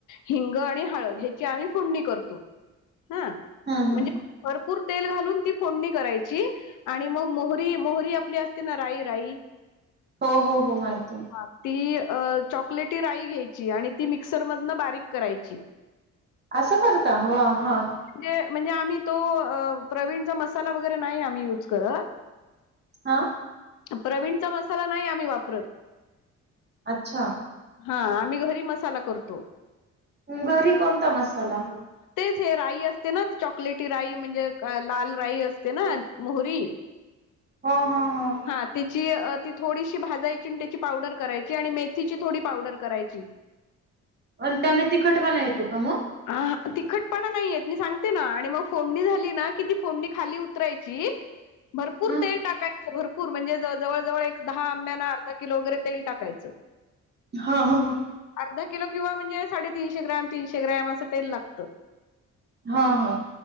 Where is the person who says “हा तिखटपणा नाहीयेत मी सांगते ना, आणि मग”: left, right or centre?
Left